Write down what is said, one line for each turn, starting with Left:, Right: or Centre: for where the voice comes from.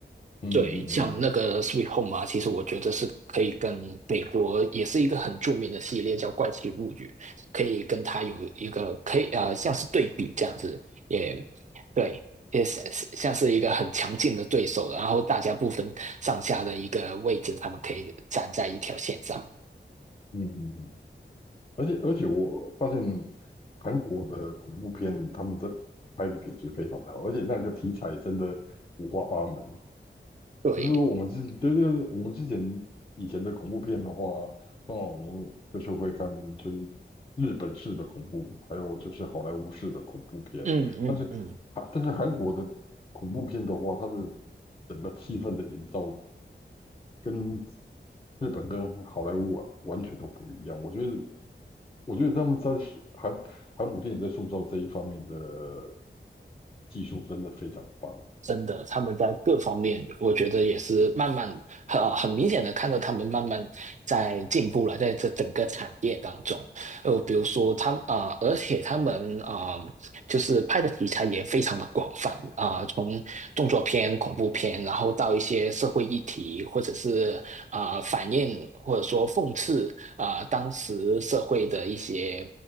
Left: 嗯嗯嗯
Right: 对，像那个《Sweet Home》啊，其实我觉得是可以跟美国也是一个很著名的系列，叫《怪奇物语》，可以跟它有一个可以呃像是对比这样子，也对，也是像是一个很强劲的对手，然后大家不分上下的一个位置，他们可以站在一条线上。
Left: 嗯嗯，嗯而且而且我发现韩国的恐怖片他们的拍的品质非常的好，而且那个题材真的五花八门，
Right: 对，
Left: 就是说我们之对对对，我们之前以前的恐怖片的话，那我们就是会看就是日本式的恐怖，还有就是好莱坞式的恐怖片。
Right: 嗯嗯嗯。
Left: 但是韩但是韩国的恐怖片的话，它的整个气氛的营造跟日本跟好莱坞完完全都不一样。我觉得我觉得他们在韩韩国电影在塑造这一方面的技术真的非常棒。
Right: 真的，他们在各方面，我觉得也是慢慢很、呃很明显的看到他们慢慢在进步了，在这整个产业当中，呃，比如说他啊、呃而且他们啊、呃就是拍的题材也非常的广泛啊、呃从动作片、恐怖片，然后到一些社会议题，或者是啊、呃反映或者说讽刺啊、呃当时社会的一些